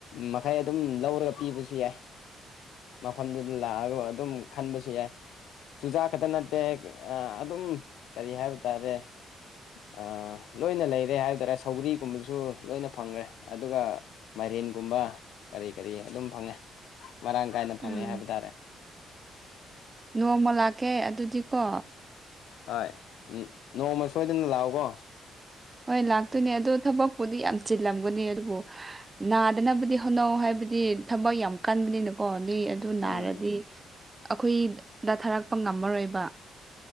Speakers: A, on the left (about 80°); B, on the right (about 25°).
A: ꯃꯈꯩ ꯑꯗꯨꯝ ꯂꯧꯔꯒ ꯄꯤꯕꯁꯨ ꯌꯥꯏ ꯃꯐꯝꯗꯨꯗ ꯂꯥꯛꯑꯒ ꯑꯗꯨꯝ ꯈꯟꯕꯁꯨ ꯌꯥꯏ ꯆꯨꯖꯥꯛ ꯈꯛꯇ ꯅꯠꯇꯦ ꯑꯗꯨꯝ ꯀꯔꯤ ꯍꯥꯏꯕ ꯇꯥꯔꯦ ꯑ ꯂꯣꯏꯅ ꯂꯩꯔꯦ ꯍꯥꯏꯕ ꯇꯔꯦ ꯁꯧꯒ꯭ꯔꯤꯒꯨꯝꯕꯁꯨ ꯂꯣꯏꯅ ꯐꯪꯈ꯭ꯔꯦ ꯑꯗꯨꯒ ꯃꯥꯏꯔꯦꯟꯒꯨꯝꯕ ꯀꯔꯤ-ꯀꯔꯤ ꯑꯗꯨꯝ ꯐꯪꯉꯦ ꯃꯔꯥꯡ ꯀꯥꯏꯅ ꯐꯪꯉꯦ
B: ꯎꯝ
A: ꯍꯥꯏꯕ ꯇꯥꯔꯦ
B: ꯅꯣꯡꯃ ꯂꯥꯛꯀꯦ ꯑꯗꯨꯗꯤꯀꯣ
A: ꯍꯣꯏ, ꯅꯣꯡꯃ ꯁꯣꯏꯗꯅ ꯂꯥꯛꯎꯀꯣ
B: ꯍꯣꯏ ꯂꯥꯛꯇꯣꯏꯅꯦ ꯑꯗꯨ ꯊꯕꯛꯄꯨꯗꯤ ꯌꯥꯝ ꯆꯤꯜꯂꯝꯒꯅꯤ ꯑꯗꯨꯕꯨ ꯅꯥꯗꯅꯕꯗꯤ ꯍꯣꯟꯅꯧ ꯍꯥꯏꯕꯗꯤ ꯊꯕꯛ ꯌꯥꯝ ꯀꯟꯒꯅꯤꯅ ꯀꯣ ꯅꯣꯏ ꯑꯗꯨ
A: ꯎꯝ
B: ꯅꯥꯔꯗꯤ ꯑꯩꯈꯣꯏꯗ ꯊꯥꯔꯛꯄ ꯉꯝꯃꯔꯣꯏꯕ